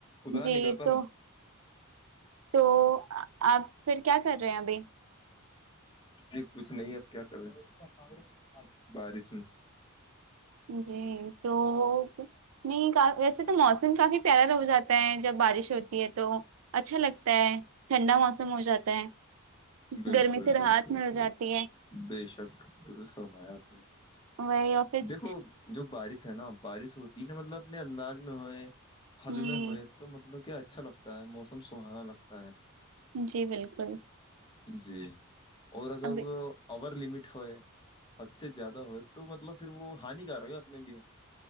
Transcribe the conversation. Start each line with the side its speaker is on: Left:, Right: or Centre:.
Left: ادر
Right: جی
Left: نہیں کرتا
Right: تو
Left: ن
Right: تو آپ پھر کیا کر رہے ہیں ابھی
Left: جی کچھ نہیں اب کیا کر رہے بارش میں
Right: جی تو نہیں ویسے تو موسم کافی پیارا ہو جاتا ہے جب بارش ہوتی ہے تو اچھا لگتا ہے ٹھنڈا موسم ہو جاتا ہے
Left: بالکل
Right: گرمی سے راحت
Left: بالکل
Right: مل
Left: بالکل
Right: جاتی ہے
Left: بے شک درست فرمایا آپ نے
Right: وہی آفس
Left: دیکھو جو بارش ہے نا بارش ہوتی نا مطلب اپنے انداز میں ہوئے حد
Right: ہوں
Left: میں ہوئے تو مطلب کہ اچھا لگتا ہے موسم سہانا لگتا ہے
Right: جی بالکل
Left: جی اور اگر
Right: اب
Left: وہ اور لمٹ ہوئے حد سے زیادہ ہوئے تو مطلب پھر وہ ہانکارک ہے اپنے لیے